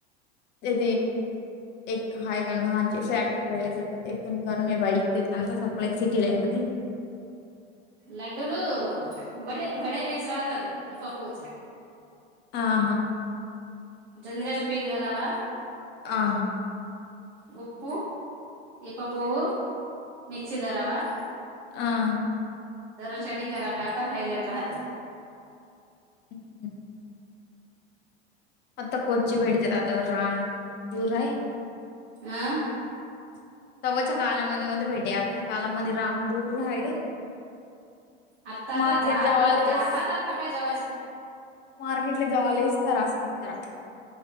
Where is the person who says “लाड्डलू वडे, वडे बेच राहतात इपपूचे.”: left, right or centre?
Right